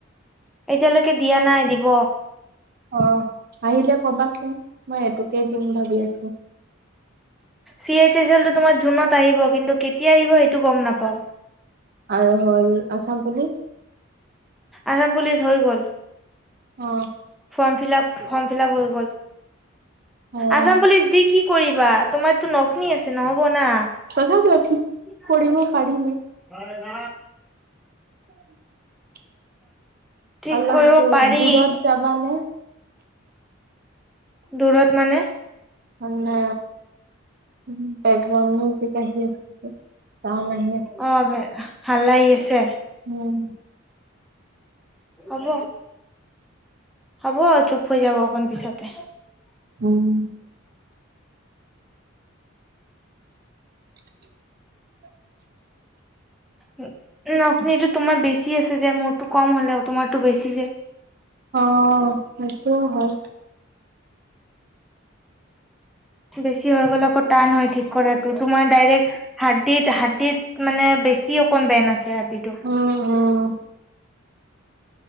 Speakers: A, in the centre; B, on the right (about 45°).
A: এতিয়ালৈকে দিয়া নাই, দিব।
B: অ, আহিলে কবাচোন, মই এইটোকে দিম ভাবি আছো।
A: চি, এইচ, এছ, এলটো তোমাৰ জুনত আহিব, কিন্তু কেতিয়া আহিব সেইটো গম নাপাওঁ।
B: আৰু হ'ল আছাম পুলিচ।
A: আছাম পুলিচ হৈ গ'ল।
B: অ,
A: ফৰ্ম ফিলআপ, ফৰ্ম ফিলআপ, হৈ গ'ল
B: অ
A: আছাম পুলিচ দি কি কৰিবা, তোমাৰতো নকৰি আছে, নহ'ব না।
B: তথাপিও ঠিক
A: <unintelligible>
B: কৰিব পাৰিলে <inaudible>
A: ঠিক
B: অলপ
A: কৰিব
B: দূ
A: পাৰি।
B: দূৰত যাবানে
A: দূৰত মানে।
B: মানে, বেকগ্ৰাউণ্ড মউজিক, আহি আছিলে ছাউণ্ড আহি আছে।
A: অ, বে, হাল্লা আহি আছে।
B: উম,
A: হ'ব, হ'ব, চুপ হৈ যাব অকণমান পিছতে।
B: উম, <inaudible>
A: উ, নখ খিনিটো তোমাৰ বেছি আছে যে, মোৰতো কম হ'লেও তোমাৰটো বেছি যে।
B: অ, সেইটোও হয়।
A: বেছি হৈ গ'লে আকৌ টান হয়, ঠিক কৰাটো তোমাৰ ডাইৰেক্ট। হাদ্দীত, হাদ্দীত, মানে বেছি অকন বেন্ড আছে হাদ্দীতো।
B: উম, উম,